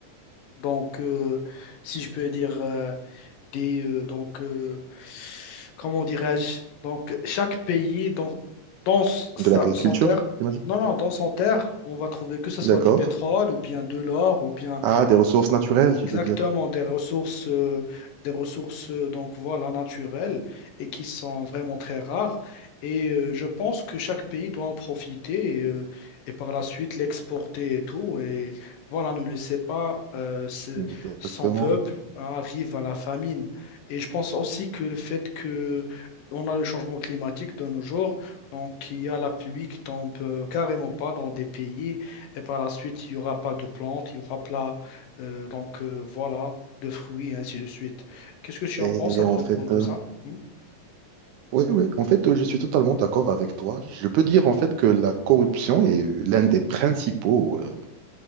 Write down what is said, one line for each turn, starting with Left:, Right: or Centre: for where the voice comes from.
Left: donc, euh, si je peux dire euh, des euh, donc euh, comment dirais-je? Donc, chaque pays dans dans sa,
Right: De l'agriculture,
Left: son terre,
Right: j'imagine.
Left: non non dans son terre, on va trouver que ce soit
Right: D'accord.
Left: du pétrole ou bien de l'or ou bien
Right: Ah, des ressources naturelles, tu
Left: Exactement,
Right: veux dire.
Left: des ressources, euh, des ressources euh, donc voilà, naturelles et qui sont vraiment très rares. Et euh, je pense que chaque pays doit en profiter et, euh, et par la suite l'exporter et tout. Et voilà, ne laissez pas euh, ce-
Right: Exactement.
Left: son peuple hein, arrive à la famine. Et je pense aussi que le fait que on a le changement climatique de nos jours, donc il y a la pluie qui tombe euh, carrément pas dans des pays et par la suite il n'y aura pas de plantes, il y aura pas euh, donc euh, voilà, de fruits, et ainsi de suite. Qu'est-ce que tu
Right: Et
Left: en penses à propos
Right: en fait,
Left: de ça? Hmm
Right: Oui, oui, en fait, je suis totalement d'accord avec toi. Je peux dire en fait que la corruption est euh, l'un des principaux, euh,